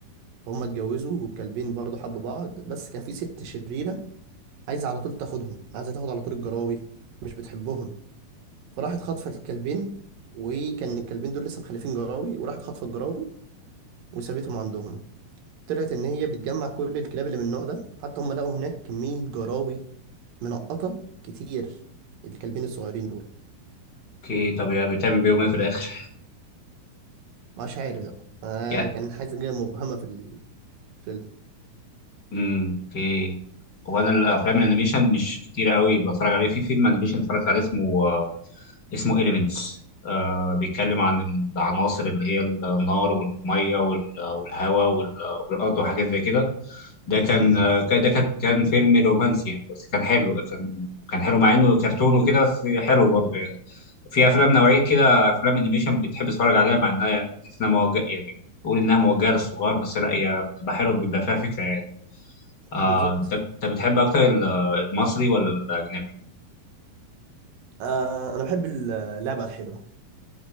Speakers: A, on the right; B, on the left.
A: فهم اتجوزوا والكلبين برضه حبوا بعض بس كان في ست شريرة عايزة على طول تاخدهم عايزة تاخد على طول الجراوي مش بتحبهم فراحت خاطفة الكلبين وكان الكلبين دول لسه مخلفين جراوي وراحت خاطفة الجراوي وسابتهم عندهم طلعت ان هي بتجمع كل الكلاب اللي من النوع ده حتى هم لقوا هناك كمية جراوي منقطة كتير الكلبين الصغيرين دول
B: اوكي طب يعني بتعمل بيهم ايه في الاخر
A: مش عارف ده آه
B: يعني
A: كان حاجة مبهمة في الفيلم
B: امم اوكي هو انا الافلام الانيميشن مش كتير قوي بتفرج عليه في فيلم انيميشن اتفرجت عليه اسمه آه، اسمه إليمنتس آه بيتكلم عن العناصر اللي هي النار والميه وال- والهواء وال- والارض وحاجات زي كده ده
A: م-
B: كان آه،
A: م.
B: كان- ده كان كان فيلم رومانسي يعني بس كان حلو كان كان حلو مع انه كرتون وكده بس حلو برضه يعني في افلام نوعيه كده افلام انيميشن بتحب تتفرج عليها مع انها يعني تحس انها موجهه يعني تقول انها موجهه للصغار بس لا هي بتبقى حلوه بيبقى فيها فكره يعني آه،
A: بالظبط
B: انت انت بتحب اكتر ال- المصري ولا الاجنبي
A: آه انا بحب اللعبة الحلوة